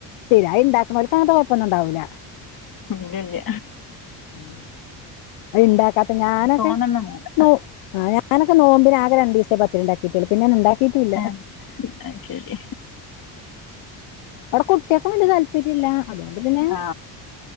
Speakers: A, on the left (about 70°); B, on the left (about 40°).
A: സ്ഥിരമായി ഓൽക്കങ്ങൻത്ത കുഴപ്പൊന്നും ഉണ്ടാവൂില്ല
B: ഇല്ല -ഇല്ല
A: <inaudible> ഉണ്ടാക്കാപ്പ ഞാനൊക്കെ
B: തോനെയൊന്നും വേണ്ട
A: നോ ഞാനൊക്കെ നോമ്പിന് ആകെ രണ്ടീസേ പത്തരി ണ്ടാ ഈ തുളപ്പ ഞാൻ ഉണ്ടാക്കിട്ടില്ല
B: ഏ അത് ശരി
A: ഔടെ കുട്ട്യാക്കും വലിയ താല്പര്യ ഇല്ല അതുകൊണ്ട് പിന്നെ
B: ആ